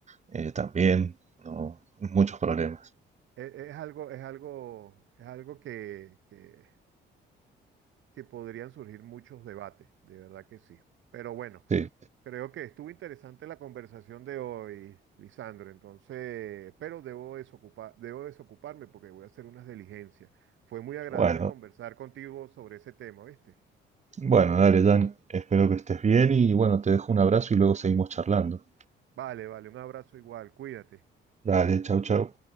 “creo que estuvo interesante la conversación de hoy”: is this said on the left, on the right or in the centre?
Right